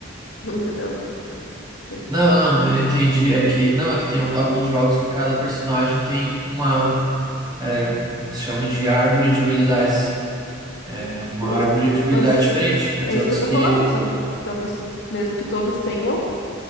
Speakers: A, on the left; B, on the right.
A: <laughs> Entendeu? Tá? Deixa.
B: Não, não, eu entendi. É que, não, é que tem um- alguns jogos que cada personagem tem uma, é, que se chama de árvore de habilidades. É uma
A: E Mas,
B: árvore de habilidade
A: mas
B: diferente, né?
A: é
B: Tem
A: isso
B: outros
A: que eu tô
B: que.
A: falando, só que talvez, mesmo que todos tenham,